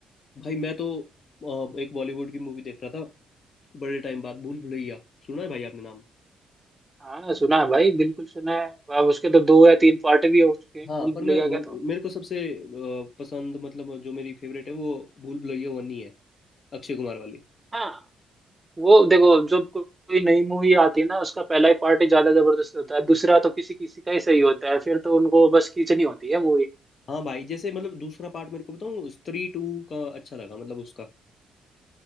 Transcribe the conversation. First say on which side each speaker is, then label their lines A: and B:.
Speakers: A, on the left; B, on the right.
A: भाई मैं तो अ, एक बॉलीवुड की मूवी देख रहा था बड़े टाइम बाद भूल भुलैया सुना है भाई आपने नाम
B: हाँ सुना है भाई बिल्कुल सुना है अब उसके तो दो या तीन पार्ट भी हो चुके हैं
A: हाँ
B: भूल
A: पर
B: भुलैया
A: मैं वो-
B: के तो
A: मेरे को सबसे अ, पसंद मतलब जो मेरी फेवरेट है वो भूल भुलैया वन ही है अक्षय कुमार वाली
B: हाँ वो देखो जब को- कोई नई मूवी आती है ना उसका पहला ही पार्ट ही ज्यादा जबरदस्त होता है दूसरा तो किसी किसी का ही सही होता है फिर तो उनको बस खींचनी होती है मूवी
A: हाँ भाई जैसे मतलब दूसरा पार्ट मेरे को बताऊँ स्त्री टू का अच्छा लगा मतलब उसका